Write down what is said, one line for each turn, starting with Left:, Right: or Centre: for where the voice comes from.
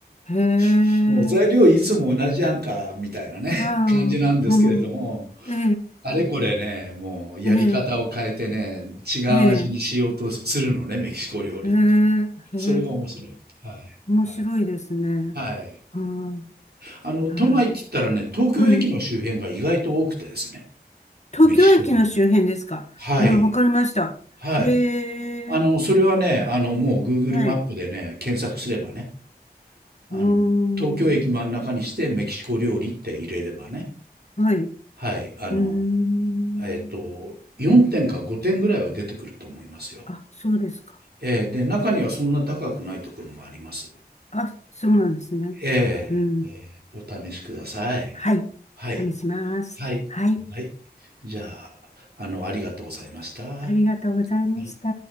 Left: へえ、
Right: <laughs> もう材料いつも同じやんか、みたいなね、
Left: ああ、
Right: 感じなんですけれども、
Left: うん、ええ、
Right: あれこれね、もうやり方を変えてね、
Left: ええ、ええ、
Right: 違う味にしようとするのね、
Left: ええ、え
Right: メキシコ料理って。
Left: え、へえ
Right: それが面白い。はい。
Left: 面白いですね。
Right: はいはい。はい。
Left: うん、
Right: あの、
Left: は
Right: 都内って言ったらね、東京駅の周辺が意外と多くてですね、
Left: い。うん東京駅の周辺ですかああ、
Right: メキシコ料理。はい。
Left: わかりました。
Right: はい。
Left: へえ、
Right: あの、それはね、あの、もう Google
Left: はい。
Right: マップでね、
Left: う
Right: 検索すればね、あの、
Left: ーん、
Right: 東京駅真ん中にしてメキシコ料理って入れればね、
Left: はい。う
Right: はい、あの、
Left: ーん、
Right: えっと、4点か5点ぐらいは出てくると思いますよ。
Left: あ、そうですか。
Right: えーで、中にはそんな高くないところもあります。
Left: あ、そうなんですね。
Right: えーえーお試しください。
Left: うん、はい。
Right: はい。
Left: 試します。
Right: はい。
Left: はい。
Right: はい。じゃあ、あの、ありがとうございました。は
Left: ありがとうございました。
Right: い。